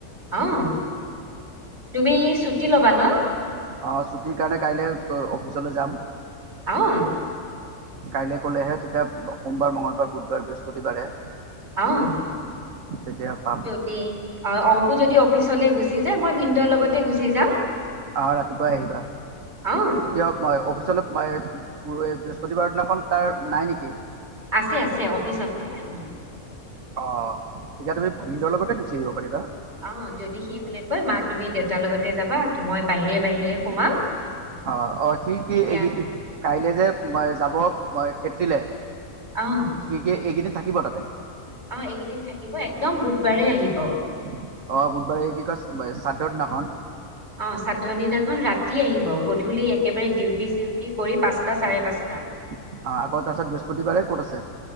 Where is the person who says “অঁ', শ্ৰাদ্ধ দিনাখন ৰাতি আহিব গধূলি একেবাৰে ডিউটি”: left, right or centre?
Right